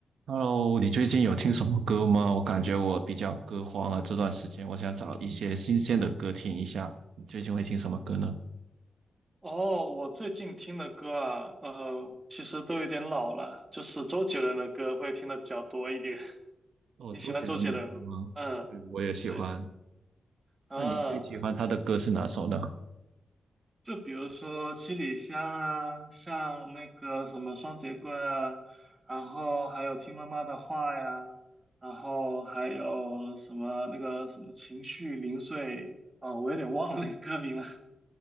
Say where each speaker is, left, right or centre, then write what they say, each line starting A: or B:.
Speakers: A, on the right; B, on the right.
A: Hello，你最近有听什么歌吗？我感觉我比较歌荒啊，这段时间我想找一些新鲜的歌听一下。你最近会听什么歌呢？
B: 哦，我最近听的歌啊，呃，其实都有点老了，就是周杰伦的歌会听的比较多一点。<laughs>
A: 哦，
B: 你喜欢周杰伦？
A: 周杰伦的歌吗？
B: 嗯，
A: 对，我也喜欢。
B: 对，啊，
A: 那你最喜欢他的歌是哪首呢？
B: 就比如说《七里香》啊，像那个什么《双截棍》啊，然后还有《听妈妈的话》呀，然后还有什么那个什么《情绪零碎》啊，我有点忘了那个歌名了，